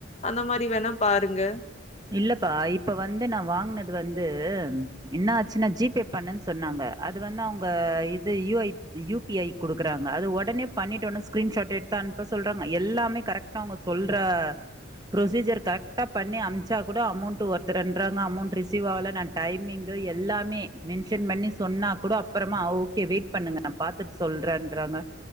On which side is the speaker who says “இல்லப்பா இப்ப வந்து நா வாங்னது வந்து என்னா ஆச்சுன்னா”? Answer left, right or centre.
Right